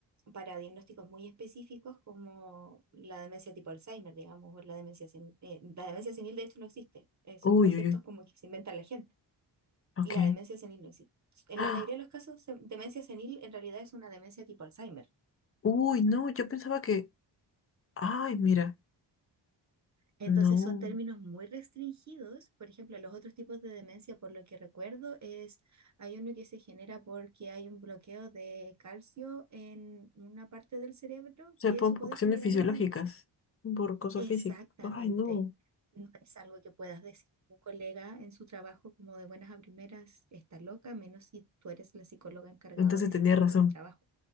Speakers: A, on the right (about 40°); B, on the left (about 30°).
A: para diagnósticos muy específicos como la demencia tipo Alzheimer, digamos, o la demencia senil. Eh, la demencia senil de hecho no existe, eh, son
B: Uy,
A: conceptos
B: uy, uy.
A: como que se inventa la gente.
B: Ok.
A: La demencia senil no existe. En
B: ¡Ah!
A: la mayoría de los casos, se- demencia senil en realidad es una demencia tipo Alzheimer.
B: Uy, no, yo pensaba que. Ay, mira,
A: Entonces
B: no.
A: son términos muy restringidos. Por ejemplo, los otros tipos de demencia, por lo que recuerdo, es hay uno que se genera porque hay un bloqueo de calcio en una parte del cerebro
B: Se
A: que
B: por
A: eso puede
B: por cuestiones
A: generar
B: fisiológicas,
A: una demencia.
B: por cosas
A: Exactamente.
B: físicas. Ay, no.
A: No es algo que puedas decir a un colega en su trabajo como de buenas a primeras, está loca, a menos si tú eres la psicóloga encargada
B: Entonces
A: de ese
B: tenía
A: equipo
B: razón.
A: de trabajo.